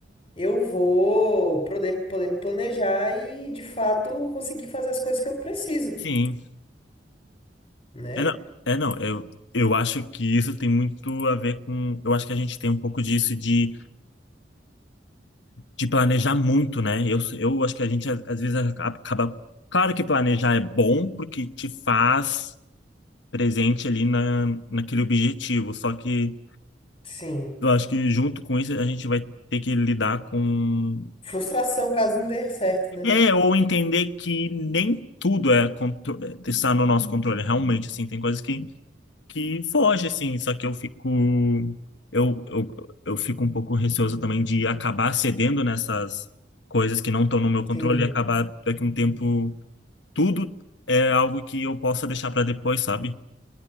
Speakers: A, on the left; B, on the left.
A: eu vou poder, poder me planejar e de fato conseguir fazer as coisas que eu preciso,
B: sim.
A: né?
B: É, não, é, não, eu, eu acho que isso tem muito a ver com. Eu acho que a gente tem um pouco disso de, de planejar muito, né? Eu, eu acho que a gente, às, às vezes, acaba. Claro que planejar é bom, porque te faz presente ali na, naquele objetivo. Só que
A: Sim.
B: eu acho que, junto com isso, a gente vai ter que lidar com.
A: Frustração caso não dê certo, né?
B: É, ou entender que nem tudo é contro- é, está no nosso controle. Realmente, assim, tem coisas que que foge, assim, só que eu fico. Eu, eu, eu fico um pouco receoso também de acabar cedendo nessas coisas que não estão no meu controle
A: Sim.
B: e acabar daqui a um tempo. Tudo é algo que eu possa deixar para depois, sabe?